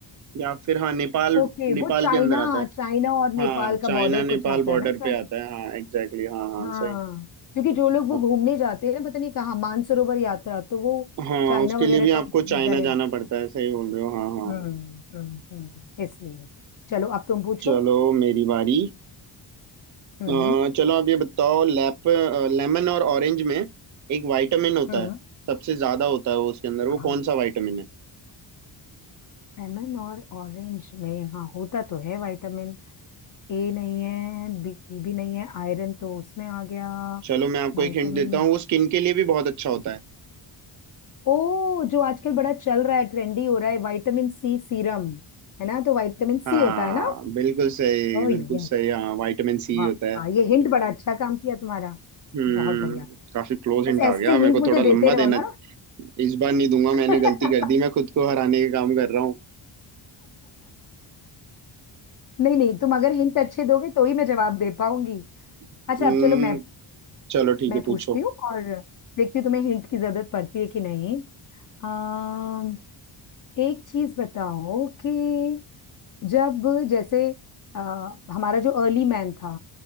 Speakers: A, on the right; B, on the left.
A: या फिर हाँ नेपाल
B: ओके
A: नेपाल
B: वो चाइना
A: के अंदर आता है
B: चाइना और नेपाल
A: हाँ चाइना
B: का बॉर्डर
A: नेपाल
B: कुछ आता
A: बॉर्डर
B: है ना शायद
A: पे आता है हाँ एग्जैक्टली exactly, हाँ हाँ
B: हाँ
A: सही
B: क्योंकि जो लोग वो
A: अब-
B: घूमने जाते हैं ना पता नहीं कहाँ मानसरोवर यात्रा तो वो
A: हाँ
B: चाइना
A: उसके
B: वगैरह
A: लिए भी
B: का उनको
A: आपको चाइना
B: वीजा लेना
A: जाना पड़ता है सही बोल रहे हो हाँ हाँ
B: हम्म हम्म हम्म इसलिए चलो अब तुम पूछो
A: चलो मेरी बारी
B: हम्म
A: अ, चलो आप ये बताओ लैप लेमन और ऑरेंज में एक विटामिन होता
B: हम्म
A: है सबसे ज्यादा होता है वो उसके अंदर वो
B: हाँ
A: कौन सा विटामिन है
B: लेमन और ऑरेंज में हाँ होता तो है विटामिन ए नहीं है बी भी नहीं है आयरन तो उसमें आ गया
A: चलो मैं आपको
B: विटामिन
A: एक हिंट देता हूँ वो स्किन के लिए भी बहुत अच्छा होता है
B: ओ जो आजकल बड़ा चल रहा है ट्रेंडी हो रहा है विटामिन सी सीरम है ना तो विटामिन
A: हाँ
B: सी होता है ना
A: बिल्कुल सही
B: ओ
A: बिल्कुल
B: यस
A: सही हाँ विटामिन सी
B: वाह
A: होता है
B: ये हिंट बड़ा अच्छा काम किया तुम्हारा
A: हम्म
B: बहुत बढ़िया
A: काफी क्लोज हिंट
B: बस
A: आ
B: ऐसे
A: गया मेरे
B: हिंट
A: को
B: मुझे
A: थोड़ा
B: देते
A: लंबा
B: रहो
A: देना
B: ना
A: इस बार नहीं दूंगा
B: <laughs>
A: मैंने गलती कर दी मैं खुद को हराने का काम कर रहा हूँ
B: नहीं नहीं तुम अगर हिंट अच्छे दोगे तो ही मैं जवाब दे पाऊंगी
A: हम्म
B: अच्छा अब चलो मैं
A: चलो ठीक
B: मैं
A: है पूछो
B: पूछती हूँ और देखती हूँ तुम्हें हिंट की जरूरत पड़ती है कि नहीं अम, एक चीज बताओ कि जब जैसे अ, हमारा जो अर्ली मैन था